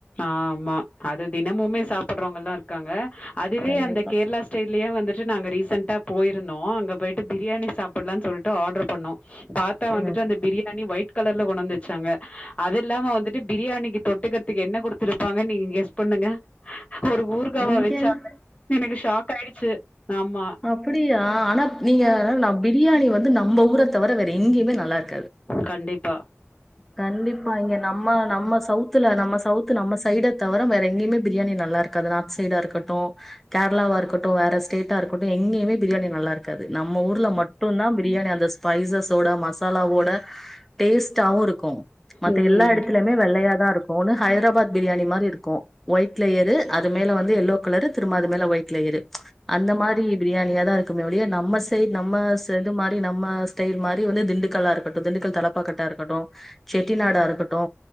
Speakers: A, on the left (about 30°); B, in the centre.
A: ஆமா அது தினமுமே சாப்புட்றவங்கல்லா இருக்காங்க அதுவே
B: கண்டிப்பா
A: அந்த கேர்ளா ஸ்டைல்லயே வந்துட்டு நாங்க ரீசண்ட்டா போயிருந்தோ அங்கப் போயிட்டு பிரியாணி சாப்புட்லான் சொல்ட்டு ஆட்ரு பண்ணோ பாத்தா
B: ம்
A: வந்துட்டு அந்த பிரியாணி ஒயிட் கலர்ல கொண்டு வந்து வெச்சாங்க அது இல்லாம வந்துட்டு பிரியாணிக்கு தொட்டுக்கற்த் துக்கு என்ன குடுத்துருப்பாங்கன் நீங்க கெஸ் பண்ணுங்க ஒரு ஊருகாவா
B: இங்க
A: வெச்சாங்க எனக்கு ஷாக் ஆயிடுச்சு ஆமா.
B: அப்புடியா ஆனா நீங்க நா பிரியாணி வந்து நம்ப ஊர தவர வேற எங்கைமே நல்லா இருக்காது
A: கண்டிப்
B: கண்டிப்பா இங்க நம்ம நம்ம சௌத்துல நம்ம சௌத்து நம்ம சைட தவர வேற எங்கைமே பிரியாணி நல்லா இருக்காது நார்த் சைடா இருக்கட்டு கேர்ளாவா இருக்கட்டு வ ற ஸ்டேட்டா இருக்கட்டு எங்கையே பிரியாணி நல்லா இரு க்காது நம்ம ஊர்ல மட்டுந்தா பிரியாணி அந்த ஸ்பைசஸோட மசாலாவோட டேஸ் ட்டாவு இருக்கு மத்த
A: ம்.
B: எல்லா எடத்லைமே வெள்ளையாதா இருக்கு ஒன்னு ஹைத்ராபாத் பிரியாணி மாரி இருக்கு ஒயிட் லேயரு அது மேல வந்து எல்லோ கலரு திரும்ப அது மேல ஒயிட் லேயரு அந்த மாரி பிரியாணியாதா இரு க்குமே ஒழிய நம்ம சைட் நம்ம ச இது மாரி நம்ம ஸ்டைல் மாரி வந்து திண்டுக்கலா இருக்கட்டு திண்டுக்கல் தலப்பாக்கட்டா இருக் கட்டு செட்டி நாடா இருக்கட்டு